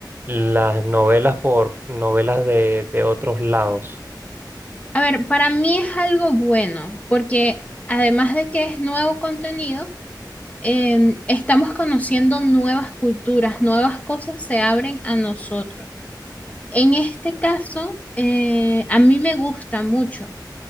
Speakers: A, on the right (about 25°); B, on the left (about 20°).
A: las novelas por novelas de, de otros lados.
B: A ver, para mí es algo bueno, porque además de que es nuevo contenido, em, estamos conociendo nuevas culturas, nuevas cosas se abren a nosotros. En este caso, eh, a mí me gusta mucho.